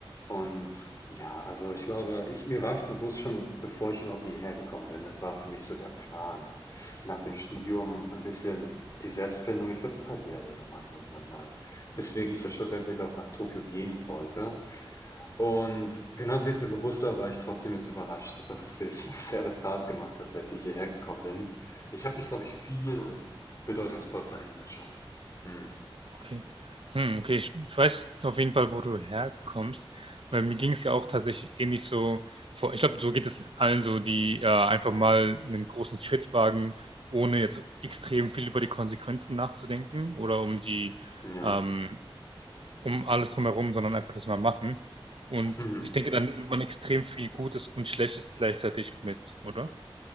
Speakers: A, on the left; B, on the right.
A: Und ja, also ich glaube, ich, mir war es bewusst schon, bevor ich überhaupt hierher gekommen bin. Das war für mich so der Plan. Nach dem Studium ein bisschen die Selbstfindung. Ich glaube, das hat jeder junge Mann irgendwann mal. Weswegen ich ja schlussendlich auch nach Tokio gehen wollte. Und genauso wie es mir bewusst war, war ich trotzdem jetzt überrascht, dass es sich <laughs> sehr bezahlt gemacht hat, seit ich hierher gekommen bin. Ich habe mich, glaube ich, viel bedeutungsvoll verändert schon. Hm.
B: Okay. Hm, okay, ich weiß auf jeden Fall, wo du herkommst, weil mir ging es ja auch tatsächlich ähnlich so vor. Ich glaube, so geht es allen so, die äh, einfach mal einen großen Schritt wagen, ohne jetzt extrem viel über die Konsequenzen nachzudenken oder um die,
A: Ja.
B: ähm, um alles drumherum, sondern einfach das mal machen. Und
A: Mhm.
B: ich denke, dann nimmt man extrem viel Gutes und Schlechtes gleichzeitig mit, oder?